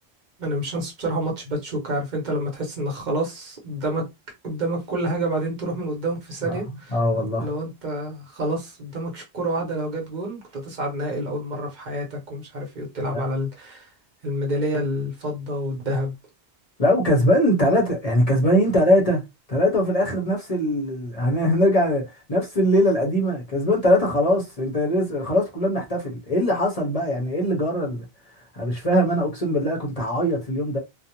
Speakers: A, on the right; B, on the left.
A: انا مش هنسى بصراحه ماتش باتشوكا عارف انت لما تحس انك خلاص قدامك قدامك كل حاجه بعدين تروح من قدامك في ثانيه
B: اه اه والله
A: لو انت خلاص قدامك ش- كره واحده لو جت جون كنت تصعد نهائي لاول مره في حياتك ومش عارف ايه وتلعب
B: لا
A: على ال- الميداليه الفضه والذهب
B: لا وكسبان تلاتة يعني كسبانين تلاتة تلاتة وفي الآخر نفس ال... ال- هن- هنرجع نفس الليلة القديمة كسبان تلاتة خلاص انت رز- خلاص كلنا بنحتفل ايه اللي حصل بقى يعني ايه اللي جرى ال- انا مش فاهم انا اقسم بالله كنت هعيط في اليوم